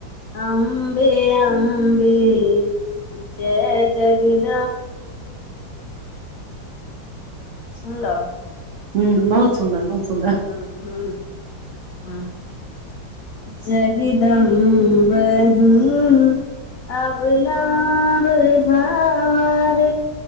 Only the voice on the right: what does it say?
हुँ बहुत सुन्दर बहुत सुन्दर